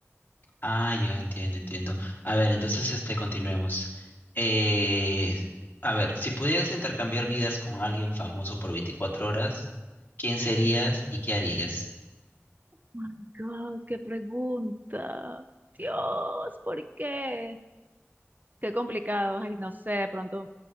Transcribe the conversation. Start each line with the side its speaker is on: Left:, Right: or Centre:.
Left: Ah, ya entiendo, entiendo. A ver, entonces este continuemos. Eh, a ver, si pudieras intercambiar vidas con alguien famoso por 24 horas, ¿quién serías y qué harías?
Right: My God, qué pregunta. Dios, ¿por qué? Qué complicado, ay, no sé, de pronto,